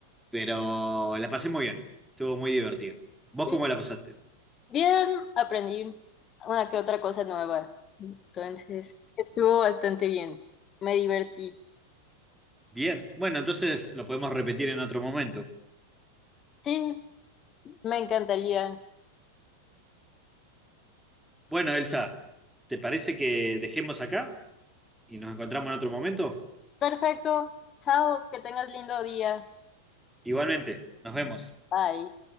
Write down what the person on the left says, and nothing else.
Sí,
bien, aprendí una que otra cosa nueva. Entonces, estuvo bastante bien. Me divertí.
Sí, me encantaría.
Perfecto. Chao, que tengas lindo día.
Bye.